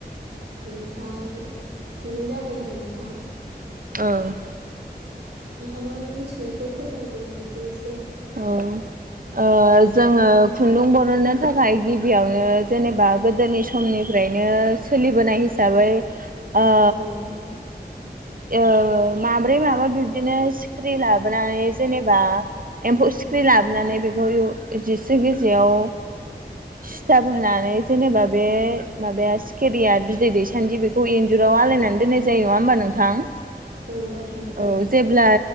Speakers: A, on the right; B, on the right.
A: बिनिफ्राय खुन्दुं जाबाय आरो नोंथां।
B: ओं
A: <inaudible> नोंथाङा मिथिनायखौ फोरमायदो आंनोबो एसे।
B: औ। ओ जोङो खुन्दुं बर'नो थाखाय गिबियावनो जेनेबा, गोदोनि सम समनिफ्रायनो सोलिबोनाय हिसाबै, ओ
A: औ नोंथां
B: ओ, माब्रै माबा बिब्दिनो सिख्रि लाबोनानै जेनेबा एम्फौ सिख्रि लाबोनानै बेखौ जिस्रि गिजियाव सि सिथाब होनानै जेनेबा बे माबाया सिखिरिया बिदै दैसानदि बेखौ इन्जुराव आलायनानै दोननाय जायो, नङा होमबा नोंथां?
A: औ नोंथां
B: औ, जेब्ला